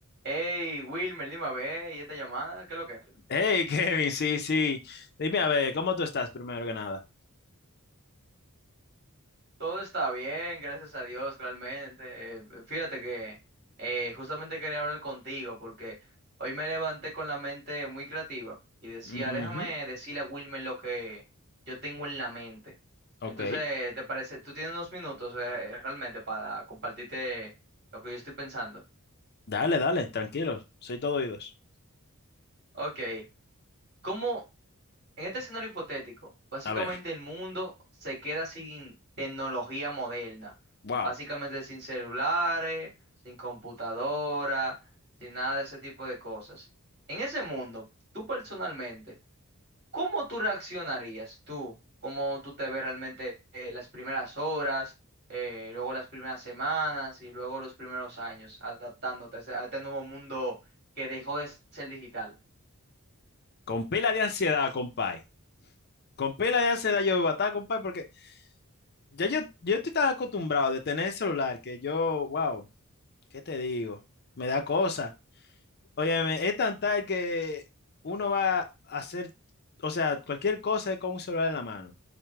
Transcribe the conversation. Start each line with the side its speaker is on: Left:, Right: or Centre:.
Right: Hey, Wilmer, dime a ver, ¿y esta llamada? ¿Qué es lo que? es?
Left: Hey, <laughs> Kevin, sí, sí. Dime a ver, ¿cómo tú estás primero que nada?
Right: Todo está bien, gracias a Dios, realmente. Eh, fíjate que eh, justamente quería hablar contigo porque hoy me levanté con la mente muy creativa y decía,
Left: Ujú,
Right: déjame decirle a Wilmer lo que yo tengo en la mente.
Left: ok.
Right: Entonces, ¿te parece? ¿Tú tienes unos minutos eh, realmente para compartirte lo que yo estoy pensando?
Left: Dale, dale, tranquilo. Soy todo oídos.
Right: Ok, ¿cómo? En este escenario hipotético, básicamente
Left: A ver,
Right: el mundo se queda sin tecnología moderna,
Left: wow.
Right: básicamente sin celulares, sin computadora, sin nada de ese tipo de cosas. En ese mundo, tú personalmente, ¿cómo tú reaccionarías tú? ¿Cómo tú te ves realmente eh, las primeras horas, eh, luego las primeras semanas y luego los primeros años adaptándote a ese- a este nuevo mundo que dejó de ser digital,
Left: Con pila de ansiedad, compay. Con pila de ansiedad yo iba a estar, compay, porque ya yo, yo estoy tan acostumbrado de tener el celular que yo, wow, ¿qué te digo? Me da cosa. Óyeme, es tan tal que uno va a hacer, o sea, cualquier cosa es con un celular en la mano.